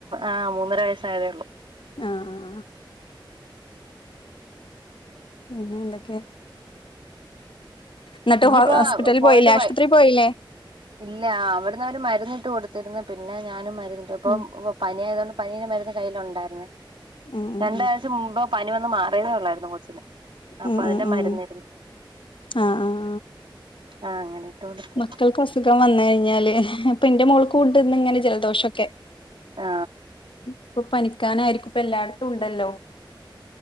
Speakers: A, on the right; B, on the left.
A: ആ മൂന്നര വയസ്സായതേ ഒള്ളൂ
B: ആഹ് ആഹ് പിന്നെ എന്തൊക്കെ ന്നിട്ട്
A: ഇനിയിപ്പോ
B: ഹോസ്പിറ്റലലിൽ
A: പോയിട്ട്
B: പോയില്ലേ ആശുപത്രിയിൽ
A: വൈ
B: പോയില്ലേ
A: ഇല്ല അവിടുന്ന് അവര് മരുന്നിട്ട് കൊടുത്തിരുന്ന് പിന്നെ ഞാനും മരുന്നിട്ട് ഇപ്പൊ
B: ഉം
A: പനിയായതൊണ്ട് പനീന്റെ മരുന്ന് കയ്യിലുണ്ടായിരുന്നേ
B: ഉം ഉം
A: രണ്ടാ
B: ഉം
A: ആഴ്ച മുമ്പ് പനി വന്ന് മാറിയതേ ഉള്ളായിരുന്നു കൊച്ചിന് അപ്പൊ
B: ഉ
A: അതിന്റെ
B: ഉം ഉം
A: മരുന്നിരുന്നു
B: ആഹ ആഹ്‌
A: ആഹ്‌ അങ്ങനെ കൊടുത്ത്
B: മക്കൾക്ക് അസുഖം വന്ന് കഴിഞ്ഞാല് ഇപ്പൊ എന്റെ മോൾക്കും ഇണ്ട് ഇന്ന് ഇങ്ങനെ ജലദോഷക്കെ
A: ആ
B: ഇപ്പൊ പനിക്കാനായിരിക്കും ഇപ്പ എല്ലായിടത്തും ഉണ്ടല്ലോ